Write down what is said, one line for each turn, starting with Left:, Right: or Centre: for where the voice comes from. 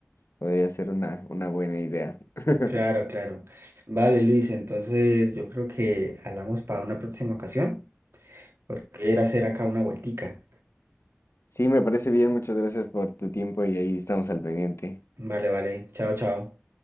Left: podría ser una, una buena idea. <laughs>
Right: Claro, claro. Vale, Luis, entonces yo creo que hablamos para una próxima ocasión, porque era hacer acá una vueltica.
Left: Sí, me parece bien, muchas gracias por tu tiempo y ahí estamos al pendiente.
Right: Vale, vale. Chao, chao.